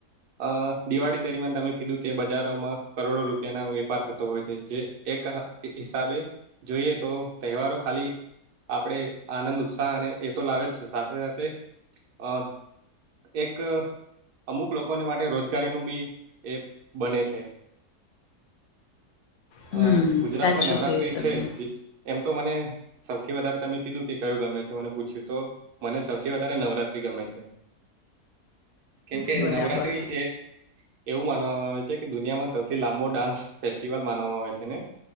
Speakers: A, on the right; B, on the left.
A: અ દિવાળી દરમિયાન તમે કીધું કે, બજારોમાં કરોડો રૂપિયાનો વેપાર થતો હોય છે જે. એક હિસાબે જોઈએ તો, તહેવારો ખાલી. આપણેે આનંદ ઉત્સાહ અને એ તો લાવે જ સાથે સાથે અ. એક અમુક લોકોને માટે રોજગારીનું બી એ બને છે. અ
B: હમ
A: ગુજરાતમાં
B: સાચું
A: નવરાત્રી
B: કહ્યું તમે
A: છે જે. એમ તો મને સૌથી વધારે તમે કીધું કે કયું ગમે છે મને પૂછ્યું તો? મને સૌથી વધારે નવરાત્રી ગમે છે. કેમ કે
B: બરાબર
A: નવરાત્રી એ. એવું માનવામાં આવે છે કે દુનિયામાં સૌથી લાંબો ડાન્સ ફેસ્ટિવલ માન વામાં આવે છે ને